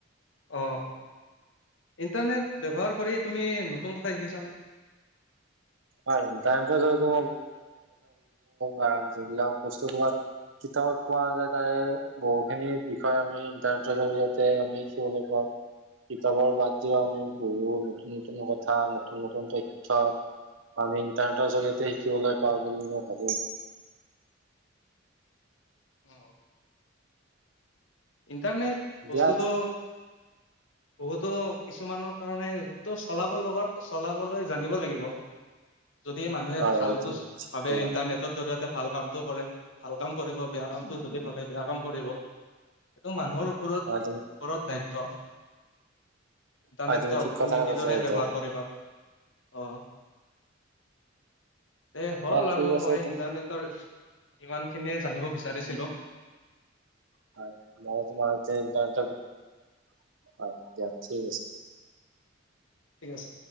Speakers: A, on the left; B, on the right.
A: অ। ইণ্টাৰনেট ব্যৱহাৰ কৰি তুমি নতুন কথা শিকিছানে।
B: হয় ইণ্টাৰনেটৰ জৰিয়তে মই <unintelligible> কিতাপত পোৱা যায় তাৰে বহুখিনি বিষয় আমি ইন্টাৰনেটৰ জৰিয়তে আমি শিকিবলৈ পাওঁ। কিতাপৰ বাদ দিও আমি বহুত নতুন নতুন কথা নতুন নতুন তথ্য। আমি ইণ্টাৰনেটৰ জৰিয়তে শিকিবলৈ পাওঁ বুলি মই ভাবোঁ।
A: অ। ইণ্টাৰনেট বস্তুটো,
B: দিয়া
A: বহুতো কিছুমানৰ কাৰণে এইটো চলাব লগ চলাবলৈ জানিব লাগিব। যদি মানুহে
B: হয়
A: ভালতো
B: হয় তুমি ঠিক
A: ভাবে
B: কলা
A: ইণ্টাৰনেটৰ জৰিয়ত তে ভাল কামটো কৰে, ভাল কাম কৰিব বেয়া কামটো যদি ভাবে বেয়া কাম কৰিব, সেইটো মানুহৰ উপৰত উপৰত
B: হয় তুমি
A: দায়িত্ব। জানে
B: হয়
A: ত
B: ঠিক
A: তুমি
B: কথাই
A: কিদৰে
B: কৈছা এইটো
A: ব্যৱহাৰ কৰিবা। অ, এ হ'ল
B: দিয়া
A: আৰু
B: ঠিক আছে
A: মই
B: তো-
A: ইন্টাৰনেটৰ। ইমানখিনিয়ে জানিব বিচাৰিছিলোঁ।
B: <unintelligible> ঠিক আছে।
A: ঠিক আছে।